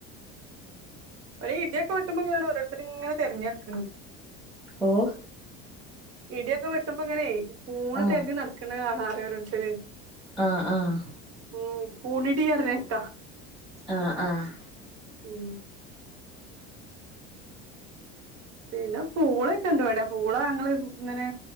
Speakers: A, on the right; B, in the centre.
A: ഒരു ഇടിയൊക്കെ വെട്ടുമ്പ കാണാ ഓരോരുത്തരിങ്ങനെ തെരഞ്ഞ് നടക്ക്ണ്.
B: ഓഹ്
A: ഇടിയൊക്കെ വെട്ടുമ്പ ഇങ്ങനെയ് കൂണ്
B: ആഹ്
A: തെരഞ്ഞ് നടക്കണ കാണാ പറയാ ഓരോരുത്തര്.
B: ആഹ് ആഹ്
A: ഉം കൂണിടി <unintelligible>
B: ആഹ് ആഹ്
A: ഉം പിന്നെ പൂളെക്കെണ്ട്വിടെ പൂളങ്ങള് ഇങ്ങനെ